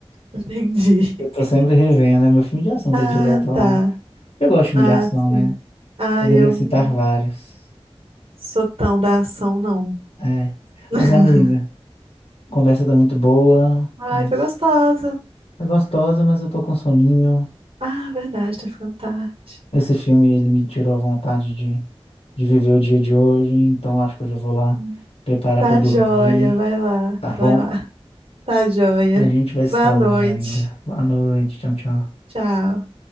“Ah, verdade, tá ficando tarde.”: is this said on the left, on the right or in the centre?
Right